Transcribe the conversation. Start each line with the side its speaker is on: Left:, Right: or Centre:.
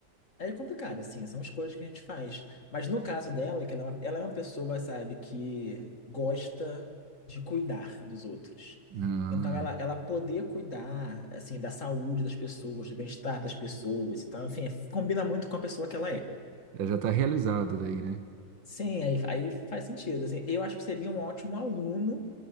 Left: é complicado, assim, são escolhas que a gente faz. Mas no caso dela, que ela é uma, ela é uma pessoa, sabe, que gosta de cuidar dos outros.
Right: Ah,
Left: Então, ela, ela poder cuidar, assim, da saúde das pessoas, do bem-estar das pessoas então, enfim, combina muito com a pessoa que ela é.
Right: é, já está realizado daí, né?
Left: Sim, aí, aí faz sentido, assim. Eu acho que seria um ótimo aluno